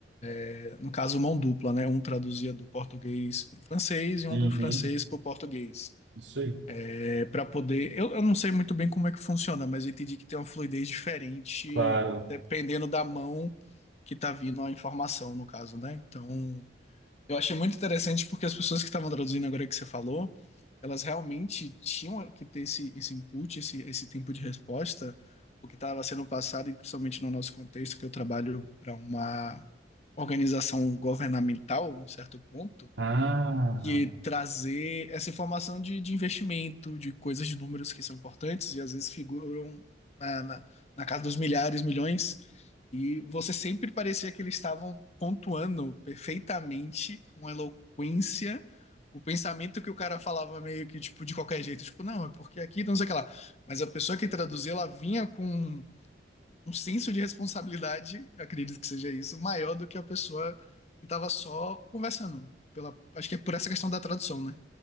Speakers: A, on the left; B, on the right.
A: é, no caso mão dupla, né? Um traduzia do português para o francês e um
B: uhum,
A: do francês para o português,
B: isso aí,
A: é, para poder. Eu, eu não sei muito bem como é que funciona, mas eu entendi que tem uma fluidez diferente
B: claro.
A: dependendo da mão que está vindo a informação, no caso, né? Então eu achei muito interessante porque as pessoas que estavam traduzindo agora que você falou, elas realmente tinham que ter esse, esse input, esse, esse tempo de resposta, porque estava sendo passado, e principalmente no nosso contexto, que eu trabalho para uma organização governamental, em certo ponto,
B: Ah.
A: que trazer essa informação de, de investimento, de coisas de números que são importantes e às vezes figuram na, na, na casa dos milhares, milhões, e você sempre parecia que eles estavam pontuando perfeitamente com eloquência o pensamento que o cara falava meio que tipo de qualquer jeito, tipo, não, é porque aqui, não sei o que lá. Mas a pessoa que traduzia, ela vinha com um senso de responsabilidade, acredito que seja isso, maior do que a pessoa que estava só conversando. Pela, acho que é por essa questão da tradução, né?